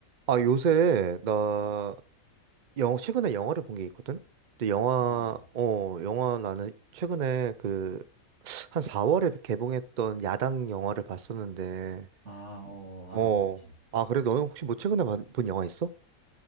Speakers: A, on the right; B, on the right.
A: 아, 요새 나 영어 최근에 영화를 본 게 있거든. 근데 영화
B: 어,
A: 어, 영화 나는 최근에 그 한 4월에 개봉했던 야당 영화를 봤었는데
B: 아, 어,
A: 어.
B: 알아, 뭔지.
A: 아, 그래 너는 혹시 뭐 최근에 봐- 본 영화 있어?